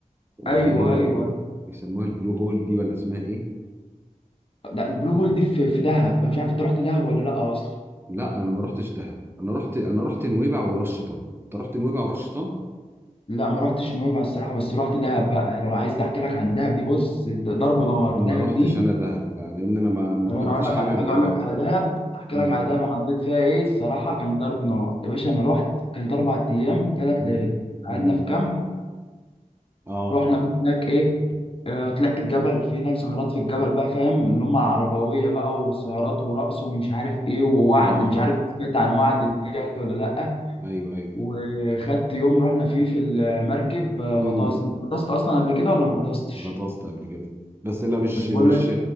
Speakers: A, on the right (about 15°); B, on the left (about 45°).
A: اللي
B: ايوه
A: هي
B: ايوه
A: ال- بيسموها البلو هول دي ولا اسمها ايه
B: ده البلو هول دي في في دهب أنا مش عارف انت رحت دهب ولا لا اصلا
A: لا انا ما رحتش دهب انا رحت انا رحت نويبع وراس شيطان انت رحت نويبع وراس شيطان
B: لا ما رحتش نويبع الصراحه بس رحت دهب بقى لو عايز احكي لك عن دهب دي بص ده ضرب نار
A: ما
B: دهب
A: رحتش
B: دي
A: انا دهب بقى، لان انا ما ما
B: طب
A: كنتش
B: انا اقول لك
A: حابب
B: على حاجه
A: يعني
B: اقول لك على دهب احكي
A: امم
B: لك على دهب انا قضيت فيها ايه الصراحه كان ضرب نار يا باشا انا رحت كانت اربع ايام ثلاث
A: امم
B: ليالي قعدنا
A: امم
B: في كامب
A: اه
B: رحنا بقى هناك ايه آه، طلعت الجبل في هناك سهرات في الجبل بقى فاهم اللي هم العربويه بقى وسهرات ورقص ومش عارف ايه ووعد
A: اه
B: مش عارف سمعت عن وعد ديت ولا لا
A: ايوه ايوه
B: وخدت يوم رحنا فيه في المركب آه،
A: امم
B: غطاس انت غطست اصلا قبل كده ولا ما غطستش
A: غطست قبل كده بس لا مش
B: بس بقول
A: مش
B: لك